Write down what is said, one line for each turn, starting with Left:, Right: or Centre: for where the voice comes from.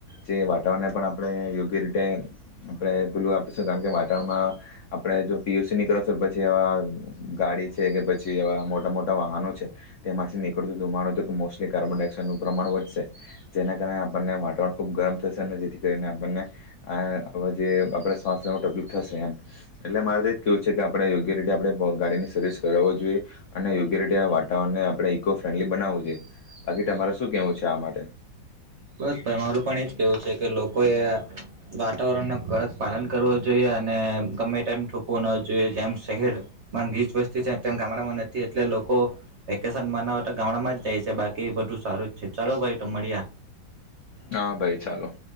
Left: જે વાતાવરણને પણ આપણે યોગ્ય રીતે આપણે પેલું આપીશું કાણ કે વાતાવરણમાં આપણે જો પી યુ સી ની કરાવશું પછી આવા ગાડી છે કે પછી આવા મોટા મોટા વાહનો છે તેમાંથી નીકળતો ધુમાડો તો મો સ્ટલી કાર્બન ડાયક્સાઇડનું પ્રમાણ વધશે, જેના કારણે આપણને વાતાવરણ ખૂબ ગરમ થશે અને જેથી કરીને આપણને આ જે આપણે સ્વાસ લેવામાં તપલીક થશે એમ એટલે મારે તો એજ કેવું છે કે આપણે યોગ્ય રીતે આપણે ભ ગાડીની સરવિસ કરાવો જોઈએ અને યોગ્ય રીતે આ વાતાવરણને આપણે ઇકો ફ્રેન્ડલી બનાવવું જોઈએ. બાકી ટમારે શું કેવું છે આ માટે?
Right: બસ અમારું પણ એજ કેવું છે કે લોકોએ વાતાવરણને કડક પાલન કરવું જોઈએ અને ગમે ટેમ થુકવો ન જોઈએ જેમ શહેરમાં ગીજ વસ્તી છે, તેમ ગામડામાં નથી એટલે લોકો વેકેશન મનાવવા તો ગામડામાં જાય છે બાકી બધું સારું જ છે ચાલો ભાઈ તો મળ્યા.
Left: હા ભાઈ ચાલો.